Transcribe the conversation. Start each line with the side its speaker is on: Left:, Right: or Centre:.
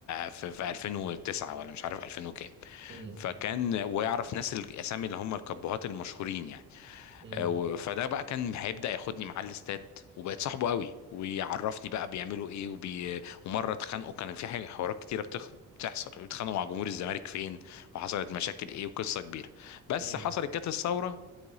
Left: في, في 2009 ولا مش عارف 2000 وكام
Right: أمم،
Left: فكان ويعرف ناس الاسامي اللي هم الكبهات المشهورين يعني
Right: أمم،
Left: آه، و- فده بقى كان هيبدا ياخدني معاه الاستاد وبقت صاحبه قوي ويعرفني بقى بيعملوا ايه وبي... ومره اتخانقوا كان في حاجه حوارات كتيره بتخ... بتحصل بيتخانقوا مع جمهور الزمالك فين وحصلت مشاكل ايه وقصه كبيره بس
Right: أمم.
Left: حصلت جت الثوره